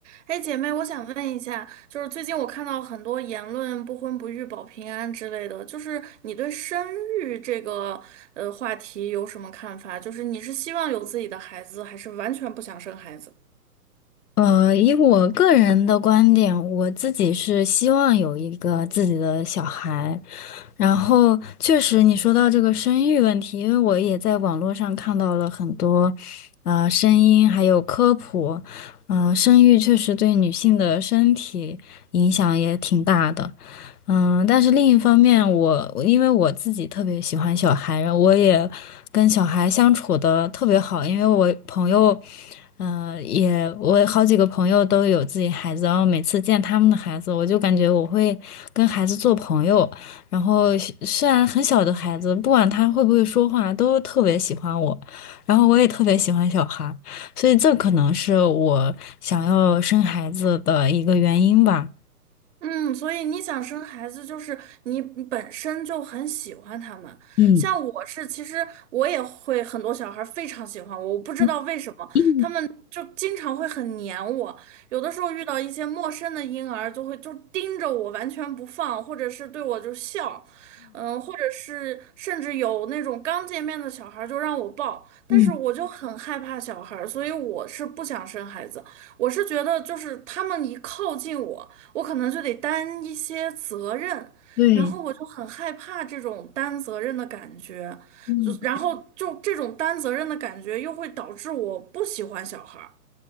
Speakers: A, on the right (about 50°); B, on the left (about 70°).
A: 哎，姐妹，我想问一下，就是最近我看到很多言论“不婚不育保平安”之类的，就是你对生育这个呃话题有什么看法？就是你是希望有自己的孩子，还是完全不想生孩子？
B: 呃，以我个人的观点，我自己是希望有一个自己的小孩，然后确实，你说到这个生育问题，因为我也在网络上看到了很多，呃，声音还有科普，嗯、生育确实对女性的身体影响也挺大的，嗯，但是另一方面我，我因为我自己特别喜欢小孩，然后我也跟小孩相处的特别好，因为我朋友。嗯、也我好几个朋友都有自己孩子，然后每次见他们的孩子，我就感觉我会跟孩子做朋友，然后虽虽然很小的孩子，不管他会不会说话，都特别喜欢我，然后我也特别喜欢小孩，所以这可能是我想要生孩子的一个原因吧。
A: 嗯，所以你想生孩子，就是你本身就很喜欢他们。
B: 嗯
A: 像我是，其实我也会很多小孩儿非常喜欢我，我不知道为什么，
B: 嗯嗯
A: 他们就经常会很黏我。有的时候遇到一些陌生的婴儿，就会就盯着我完全不放，或者是对我就笑，嗯，或者是甚至有那种刚见面的小孩儿就让我抱，
B: 嗯，
A: 但是我就很害怕小孩儿，所以我是不想生孩子。我是觉得就是他们一靠近我。我可能就得担一些责任，
B: 对，
A: 然后我就很害怕这种担责任的感觉，
B: 嗯，
A: 就然后就这种担责任的感觉又会导致我不喜欢小孩儿。